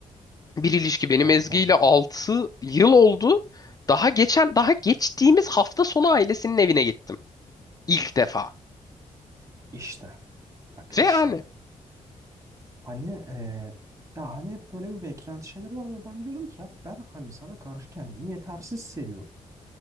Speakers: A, on the left; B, on the right.
A: bir ilişki benim
B: yani
A: Ezgi
B: da
A: ile 6 yıl oldu. Daha geçen daha geçtiğimiz hafta sonu ailesinin evine gittim. İlk defa.
B: işte. Bak
A: Ve
B: işte.
A: yani
B: Hani e, ya hani hep böyle bir beklenti şeyler var ve ben diyordum ki ya ben hani sana karşı kendimi yetersiz seviyorum.